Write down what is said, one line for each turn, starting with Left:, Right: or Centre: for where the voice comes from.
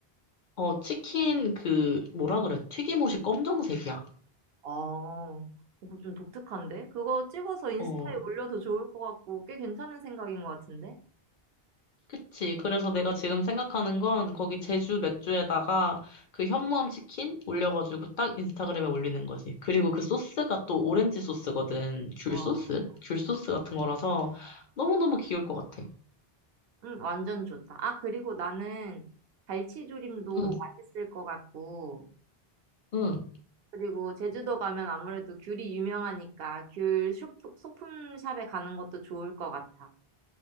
Left: 어, 치킨 그 뭐라 그래? 튀김옷이 검정색이야.
Right: 아, 이거 좀 독특한데? 그거 찍어서 인스타에
Left: 어,
Right: 올려도 좋을 것 같고, 꽤 괜찮은 생각인 것 같은데?
Left: 그치. 그래서 내가 지금 생각하는 건 거기 제주 맥주에다가 그 현무암 치킨 올려가지고 딱 인스타그램에 올리는 거지. 그리고 그 소스가 또 오렌지 소스거든. 귤
Right: 어,
Left: 소스? 귤 소스 같은 거라서 너무너무 귀여울 것 같아.
Right: 응, 완전 좋다. 아, 그리고 나는 갈치조림도
Left: 응,
Right: 맛있을 것 같고,
Left: 응.
Right: 그리고 제주도 가면 아무래도 귤이 유명하니까 귤 쇼프- 소품샵에 가는 것도 좋을 것 같아.